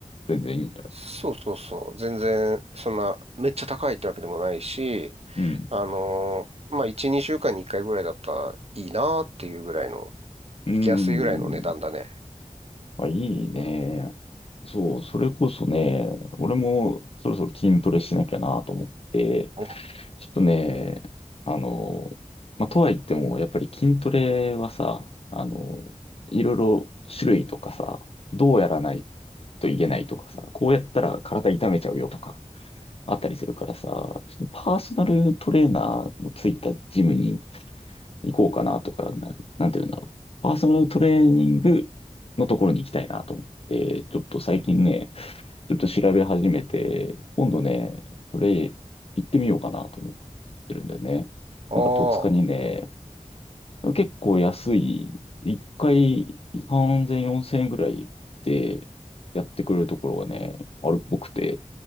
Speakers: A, on the left; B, on the right.
A: 全然いいんだ。
B: そうそうそう。全然、そんな、めっちゃ高いってわけでもないし、
A: うん。
B: あのーまあ、1、2週間に1回ぐらいだったらいいなーっていうぐらいの、
A: うーん。
B: 行きやすいぐらいの値段だね。
A: あ、いいね。そう、それこそね、俺もそろそろ筋トレしなきゃなと思って、
B: お、
A: ちょっとね、あの、まあ、とはいっても、やっぱり筋トレはさ、あの、いろいろ種類とかさ、どうやらないといけないとかさ、こうやったら体痛めちゃうよとか、あったりするからさ、ちょっとパーソナルトレーナーのついたジムに行こうかなとか、な、なんていうんだろう。パーソナルトレーニングのところに行きたいなと思って、ちょっと最近ね、ちょっと調べ始めて、今度ね、それ行ってみようかなと思ってるんだよね。
B: ああ、
A: なんか戸塚にね、結構安い、一回3 0 0 4000円ぐらいでやってくれるところがね、あるっぽくて、ち